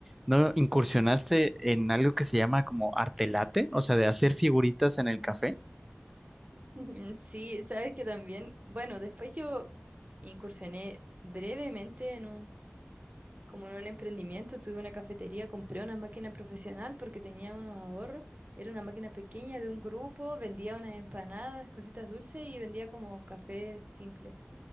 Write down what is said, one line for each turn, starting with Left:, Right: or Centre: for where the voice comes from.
Centre: no incursionaste en algo que se llama como arte latte? O sea, de hacer figuritas en el café.
Right: <laughs> Ujú, Sí, sabes que también, bueno, después yo incursioné brevemente en un, como en un emprendimiento, tuve una cafetería, compré una máquina profesional porque tenía unos ahorros, era una máquina pequeña de un grupo, vendía unas empanadas, cositas dulces y vendía como café simple.